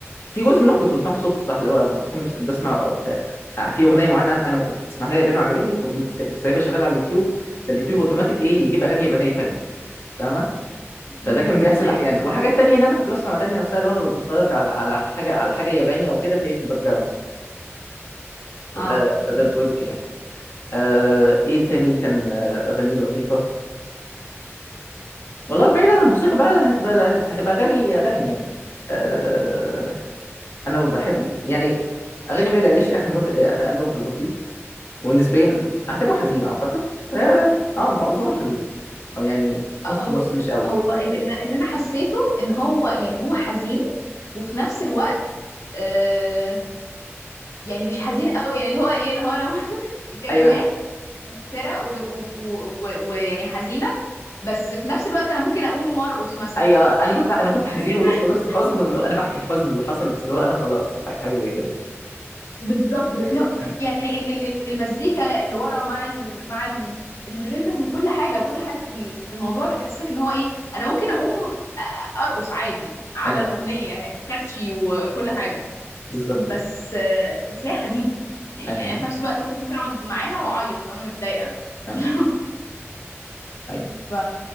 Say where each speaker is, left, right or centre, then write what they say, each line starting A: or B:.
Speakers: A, on the left; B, on the left.
A: في جزء منهم كنت بسمعهم صدفه صح اللي هو بكون بس بسمع آه، في اغنيه معينه انا أنا سمعتها ياباني وعجبتني فقوم سا- سايبها شغاله على اليوتيوب فاليوتيوب اوتوماتيك ايه يجيب اغاني يابانيه تانية فاهمه فده
B: امم
A: كان بيحصل
B: ايوه
A: احيانا وحاجات تانية ان انا كنت بسمع الاغاني نفسها لو انا بتفرج على على حاجه على حاجه ياباني او كده فهي في الباك جراوند
B: اه
A: فده فده
B: مم.
A: الجزء يعني آه ايه تاني كان آه، اغاني لطيفه والله بعيد عن الموسيقى بقى هتبقى هتبقى اغاني اغاني يعني آه، انا بحب يعني اغاني بيلي ايليش اخر مود اخر البوم كان لطيف ونسبيا اعتبره حزين اعتقد اه, آه معظمه حزين او يعني
B: هو
A: نص نص مش قوي
B: هو ال- ال- اللي انا حسيته ان هو يعني هو حزين وفي نفس الوقت آه يعني مش حزين قوي يعني اللي هو ايه اللي هو انا <laughs> الكلمات
A: ايوه
B: سرق ويعني و... و... و... ويعني حزينه بس في نفس الوقت انا ممكن اقوم مرقص مثلا
A: ايوه انا
B: يعني
A: كنت انا كنت حزين
B: فاهم <laughs>
A: والله خلاص حزن والله انا بحكي الحزن اللي حصل بس اللي هو انا خلاص حاجه حاجة زي كده
B: بالظبط لا
A: ايوه
B: يعني ال... ال... ال- المزيكا اللي ورا مع ال... مع ال... الريذم وكل حاجه كل حاجه في ال- في الموضوع بتحسسك ان هو ايه انا ممكن اقوم ارقص عادي على
A: ايوه
B: الاغنيه يعني كاتشي وكل حاجه
A: بالظبط
B: بس آه، بس هي حزينه يعني
A: ايوه
B: انا في نفس الوقت برضه ممكن اقعد معاها واعيط لو انا متضايقه
A: ايوه
B: <laughs>
A: ايوه
B: ف